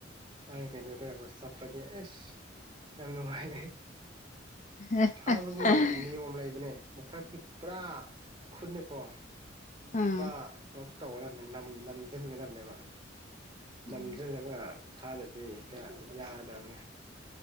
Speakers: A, on the right; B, on the left.
A: ꯃꯥꯏ ꯀꯩꯅꯣꯗꯣ ꯌꯦꯡꯉꯣ ꯆꯞꯄꯗꯤ ꯏꯁ ꯌꯥꯝ ꯅꯨꯡꯉꯥꯏꯔꯦ
B: ꯍꯦ ꯍꯦ
A: ꯐꯥꯕꯒꯤ
B: ꯍ
A: ꯅꯤꯌꯣꯝ ꯂꯩꯕꯅꯦ ꯃꯊꯛꯇꯒꯤ ꯄꯨꯔꯥ ꯈꯨꯠꯅꯀꯣ
B: ꯎꯝ
A: ꯄꯨꯔꯥ ꯇꯧꯒꯗꯕꯅꯦ ꯅꯝ ꯅꯝꯖꯤꯟꯒꯗꯕꯅꯦꯕ
B: ꯎꯝ
A: ꯅꯝꯖꯤꯜꯂꯒ ꯐꯥꯗꯗꯤ ꯍꯦꯛꯇ ꯌꯥꯗꯕꯅꯦ